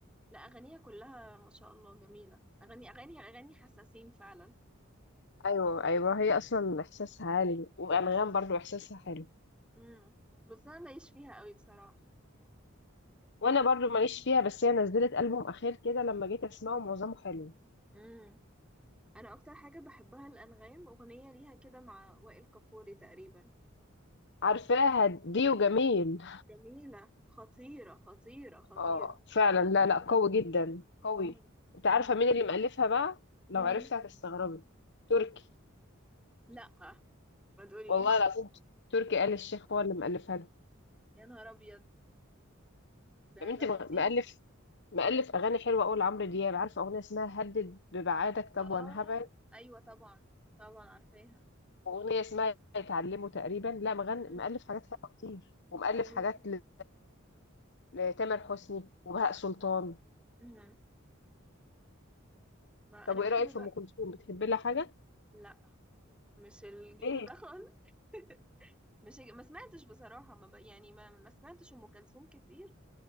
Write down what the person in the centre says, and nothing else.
لا اغانيها كلها ما شاء الله جميله اغاني اغاني اغاني حساسين فعلا
امم بس انا ماليش فيها قوي بصراحه
امم انا اكتر حاجه بحبها الانغام اغنيه ليها كده مع وائل كفوري تقريبا
جميله خطيره خطيره خطيره
الاغنيه
دي
جميله
امم
امم
مين
لا ما تقوليش
يا نهار ابيض ده
ده
خطير
اه
ايوه طبعا طبعا عارفاها
مم.
مم.
امم ما
انا
بحب
بقى
لا مش الجيل
ده خالص <laughs> مش ما سمعتش بصراحة ما ب... يعني ما ما سمعتش أم كلثوم كتير